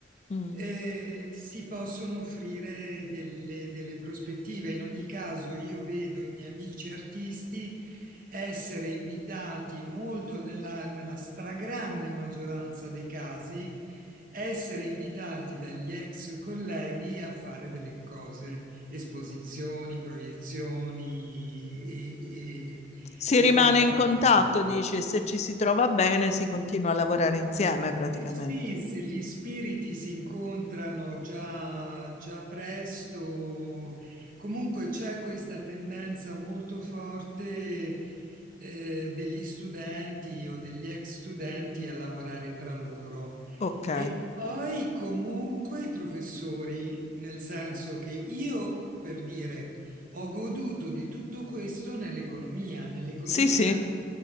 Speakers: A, on the left; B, on the right.
A: Mm.
B: eh, si possono offrire delle, delle prospettive. In ogni caso, io vedo i miei amici artisti essere invitati molto nella, nella stragrande maggioranza dei casi, essere invitati dagli ex colleghi a fare delle cose esposizioni, proiezioni e, e-
A: Si
B: e
A: rimane
B: quant'altro.
A: in contatto, dice, se ci si trova bene si continua a lavorare insieme praticamente.
B: Eh sì, se gli spiriti si incontrano già, già presto, comunque c'è questa tendenza molto forte eh, degli studenti o degli ex studenti a lavorare tra loro.
A: Ok,
B: Poi comunque i professori, nel senso che io, per dire, ho goduto di tutto questo nell'economia. Nell'economia
A: sì, sì,